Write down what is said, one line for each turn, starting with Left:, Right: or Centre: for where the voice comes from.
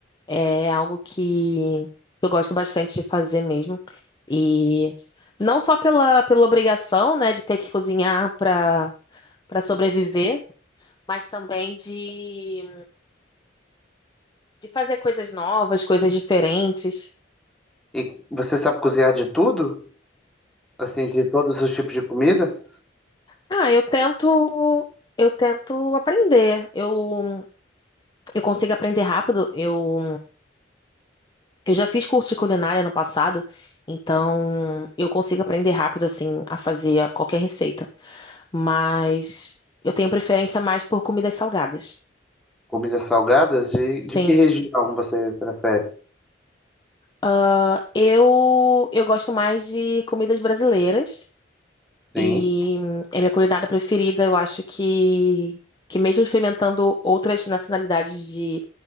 Left: É algo que eu gosto bastante de fazer mesmo. E não só pela, pela obrigação, né, de ter que cozinhar para para sobreviver, mas também de, de fazer coisas novas, coisas diferentes.
Centre: E você sabe cozinhar de tudo? Assim, de todos os tipos de comida?
Left: Ah, eu tento eu tento aprender. Eu eu consigo aprender rápido. Eu eu já fiz curso de culinária no passado, então eu consigo aprender rápido assim a fazer qualquer receita. Mas eu tenho preferência mais por comidas salgadas.
Centre: Comidas salgadas? De,
Left: Sim.
Centre: de que região você prefere?
Left: Ah, eu, eu gosto mais de comidas brasileiras.
Centre: Sim.
Left: E hum, é minha culinária preferida. Eu acho que, que mesmo experimentando outras nacionalidades de,